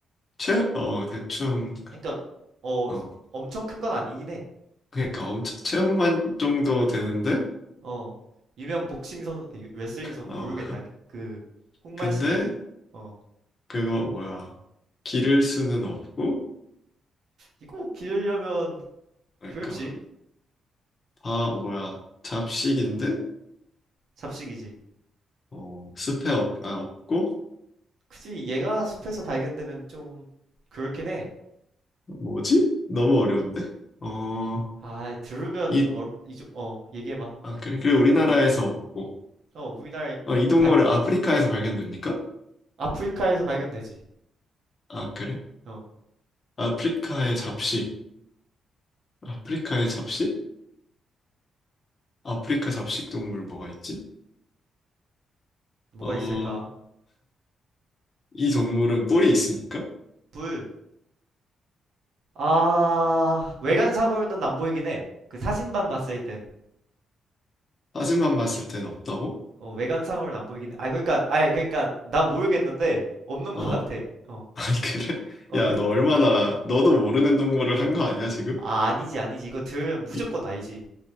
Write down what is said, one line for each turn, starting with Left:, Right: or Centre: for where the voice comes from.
Left: 체, 어, 대충,
Right: 그러니까 어
Left: 어,
Right: 엄청 큰 건 아니긴 해.
Left: 그러니까 엄청, 체형만 정도 되는데?
Right: 어 유명 복싱 선 아, 유- 레슬링 선
Left: 어,
Right: 모르겠다. 그 홍만
Left: 근데,
Right: 씨. 어
Left: 그거 뭐야. 기를 수는 없고,
Right: 이거 기르려면
Left: 그러니까,
Right: 그렇지
Left: 다, 뭐야, 잡식인데?
Right: 잡식이지.
Left: 어, 숲에 없, 아, 없고,
Right: 굳이 얘가 숲에서 발견되면 좀 그렇긴 해.
Left: 뭐지? 너무 어려운데? 어,
Right: 아 들으면
Left: 이,
Right: 어, 이좀 어 얘기해봐.
Left: 아, 그래? 그래, 우리나라에서 없고,
Right: 어 우리나라
Left: 어, 이 동물은
Right: 발
Left: 아프리카에서 발견됩니까?
Right: 아프리카에서 발견되지.
Left: 아, 그래?
Right: 어
Left: 아프리카의 잡식. 아프리카의 잡식? 아프리카 잡식 동물 뭐가 있지?
Right: 뭐가
Left: 어,
Right: 있을까?
Left: 이 동물은 뿔이 있으니까?
Right: 불 아, 외관상으로는 안 보이긴 해. 그 사진만 봤을 땐.
Left: 사진만 봤을 땐 없다고?
Right: 어, 외관상으로는 안 보이긴 해. 아, 그러니까, 아니, 그러니까, 난 모르겠는데, 없는
Left: 어,
Right: 것 같아. 어,
Left: <laughs> 아니, 그래?
Right: 어,
Left: 야,
Right: 근,
Left: 너 얼마나, 너도 모르는 동물을 한 거 아니야, 지금?
Right: 아, 아니지, 아니지. 이거 들으면 무조건
Left: 이-
Right: 알지.